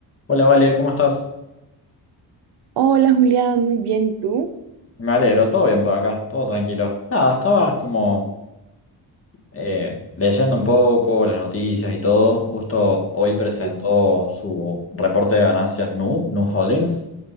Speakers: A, on the left; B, on the right.
A: Hola, Vale, ¿cómo estás?
B: Hola Julián, muy bien, ¿y tú?
A: Me alegro, todo bien por acá, todo tranquilo. Nada, estaba como eh, leyendo un poco las noticias y todo. Justo hoy presentó
B: Sí,
A: su reporte de ganancias Nu, Nu Holdings.